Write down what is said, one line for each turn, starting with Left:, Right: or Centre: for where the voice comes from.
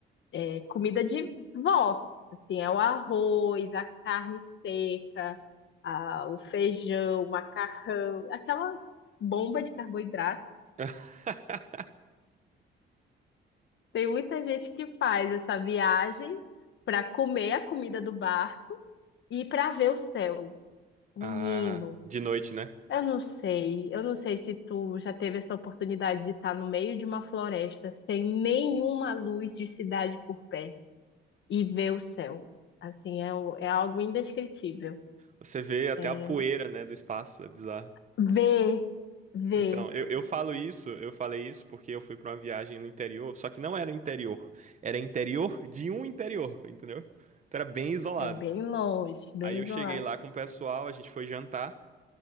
Left: é comida de vó. Assim, é o arroz, a carne seca, a- o feijão, o macarrão, aquela bomba de carboidrato.
Right: <laughs>
Left: Tem muita gente que faz essa viagem para comer a comida do barco e para ver o céu. Menino,
Right: Ah, de noite, né?
Left: eu não sei, eu não sei se tu já teve essa oportunidade de estar no meio de uma floresta sem nenhuma luz de cidade por perto e ver o céu. Assim, é, o- é algo indescritível.
Right: Você vê até
Left: É,
Right: a poeira, né, do espaço, é bizarro.
Left: ver, ver.
Right: Então, eu, eu falo isso, eu falei isso porque eu fui pra uma viagem no interior, só que não era interior, era interior de um interior, entendeu? Então era bem isolado.
Left: É bem longe, bem
Right: Aí eu
Left: isolado.
Right: cheguei lá com o pessoal, a gente foi jantar.